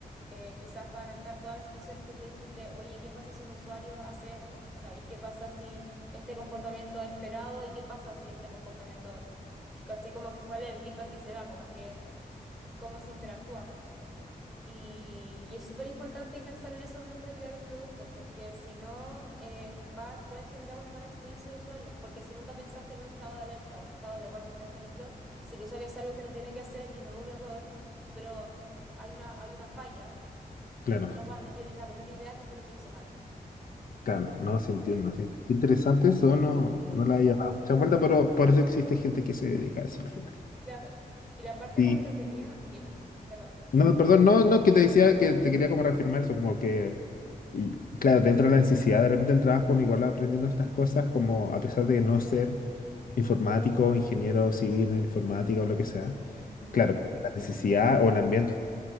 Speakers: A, in the centre; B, on the left.
A: eh, quizás van a estar todas las situaciones que tú dijiste, oye, ¿qué pasa si un usuario hace esto, ¿cachai? ¿Qué pasa si este comportamiento esperado y qué pasa si este comportamiento, ¿cachai? Como cuál es el feedback que se da, como que cómo se interactúa con esto. Y, y es súper importante pensar en eso al momento de crear un producto, porque si no, eh, va, puedes generar una mala experiencia de usuario, porque si nunca pensaste en un estado de alerta, o un estado de error, por ejemplo, si el usuario hace algo que no tiene que hacer y no ve un error, pero hay una, hay una falla,
B: Claro,
A: no va, no tienes la menor idea qué fue lo que hizo mal.
B: claro, no, sí
A: Eh,
B: entiendo, sí entiendo. Qué interesante eso, no,
A: sí,
B: no le haya dado mucha vuelta, pero por eso existe gente que se dedica a eso al final.
A: Claro. Y la parte
B: Sí.
A: como entretenida, dime, perdón.
B: No, perdón, no, no, que te decía que te quería como reafirmar eso, como que Y claro, dentro de la necesidad de repente del trabajo, uno igual va aprendiendo estas cosas, como a pesar de no ser informático, ingeniero civil en informática o lo que sea,
A: Ujú,
B: claro, como que la necesidad o el ambiente